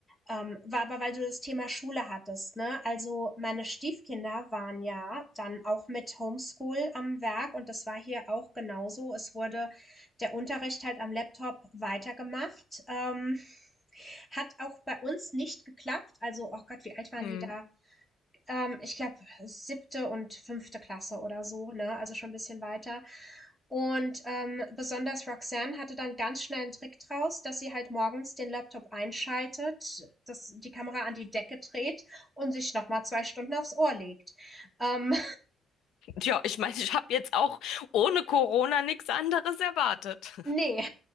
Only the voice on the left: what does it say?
Hm.
Ja, ich meine, ich habe jetzt auch ohne Corona nichts anderes erwartet.